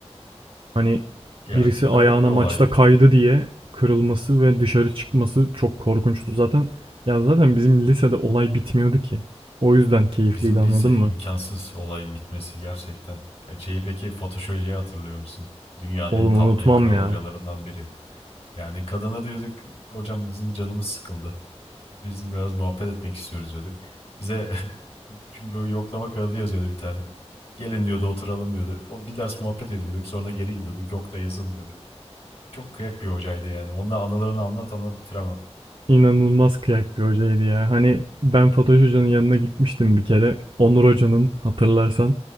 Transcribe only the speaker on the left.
Ya
garip bir olaydı.
Bizim
lise
imkansız olayın bitmesi gerçekten. Ya Şeyi peki Fatoş Hoca'yı hatırlıyor musun? Dünyanın
en tatlı
en kral
hocalarından biri. Yani kadına diyorduk hocam bizim canımız sıkıldı. Bizim biraz muhabbet etmek istiyoruz diyorduk. Bize Çünkü böyle yoklama kağıdı yazıyordu bir tane. Gelin diyordu oturalım diyordu. O bir ders muhabbet ediyorduk sonra geri gidiyorduk. Yok da yazılmıyorduk. Çok kıyak bir hocaydı yani. Onunla anılarını anlat anlat bitiremem.